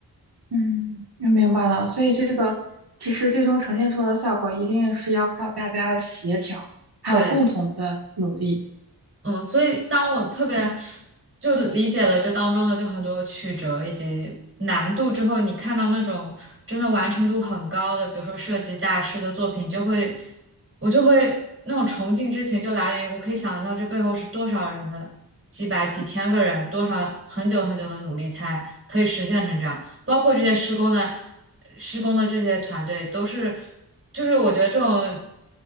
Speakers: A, on the right (about 70°); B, on the right (about 30°).
A: 嗯，我明白了。所以这个其实最终呈现出的效果，一定是要靠大家的协调，还有共同的努力。
B: 对，嗯，所以当我特别
A: 嗯
B: 就理解了这当中的就很多曲折以及难度之后，你看到那种真的完成度很高的，
A: 嗯
B: 比如说设计大师的作品，就会我就会那种崇敬之情就来源于我可以想象到这背后是多少人的几百几千个人，
A: 嗯嗯。
B: 多少很久很久的努力才可以实现成这样。包括这些施工的施工的这些团队都是，就是我觉得这种，